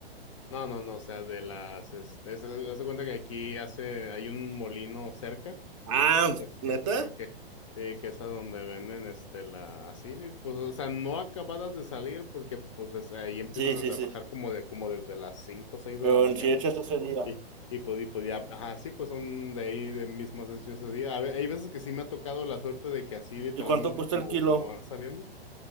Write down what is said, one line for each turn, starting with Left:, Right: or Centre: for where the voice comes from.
Left: No, no, no, o sea, de las, este, es- haz de cuenta que aquí hace, hay un molino cerca,
Right: Ah,
Left: es
Right: ¿neta?
Left: que, es que, que, sí, que es a donde venden, este, la, así, pues, o sea, no acabadas de salir porque, pues, es- ahí empiezan
Right: Sí,
Left: a
Right: sí,
Left: trabajar
Right: sí.
Left: como de, como desde las cinco o seis
Right: Pero
Left: de la mañana.
Right: en sí hechas ese día.
Left: Y, y, pod- y podía, ajá, sí, pues son de ahí de mis más ese día. A ve- hay veces que sí me ha tocado la suerte de que así literalmente
Right: ¿Y cuánto cuesta
Left: como,
Right: el kilo?
Left: como van saliendo.